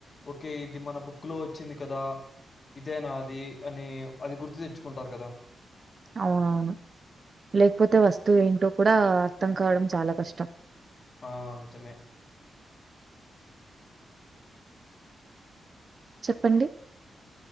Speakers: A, on the left; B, on the right.
A: ఓకే ఇది మన బుక్ లో వచ్చింది కదా ఇదేనా అది అని అది గుర్తు తెచ్చుకుంటారు కదా
B: అవునవును లేకపోతే వస్తువు ఏంటో కూడా అర్థం కావడం చాలా కష్టం
A: ఆ నిజమే
B: చెప్పండి